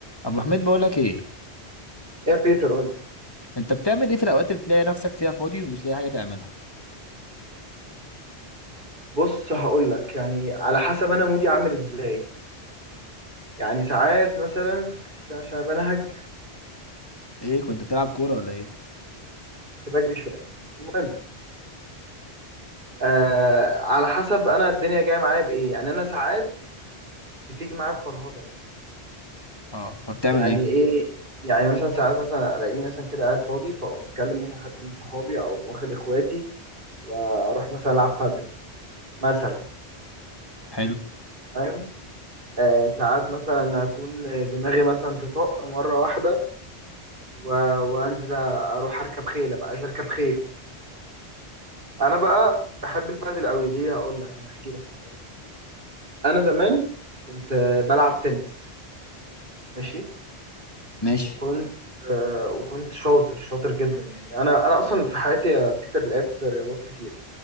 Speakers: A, on the left; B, on the right.
A: ابو حميد بقول لك ايه
B: يا بيتر قول لي
A: انت بتعمل ايه في الاوقات اللي بتلاقي نفسك فيها فاضي ومش لاقي حاجه تعملها
B: بص هقول لك يعني على حسب انا مودي عامل ازاي يعني ساعات مثلا استنى عشان بنهج
A: ايه كنت بتلعب كوره ولا ايه
B: كنت بجري شويه المهم آه على حسب انا الدنيا جايه معايا بايه يعني انا ساعات بتيجي معايا بفرهضه مثلا
A: اه فبتعمل
B: يعني
A: ايه
B: ايه يعني مثلا ساعات مثلا الاقيني مثلا كده قاعد فاضي فاقوم اكلم مثلا حد من صحابي او واخد اخواتي واروح مثلا العب بادل مثلا
A: حلو
B: فاهم آه ساعات مثلا اكون دماغي مثلا تطق مره واحده و... وانزل اروح اركب خيل ابقى عايز اركب خيل انا بقى بحب البادل قوي ليه هقول لك انا هحكي لك الحوار ده انا زمان كنت آه، بلعب تنس ماشي
A: ماشي
B: وكنت آه، وكنت شاطر شاطر جدا يعني انا انا اصلا في حياتي يا بيتر لعبت رياضات كتير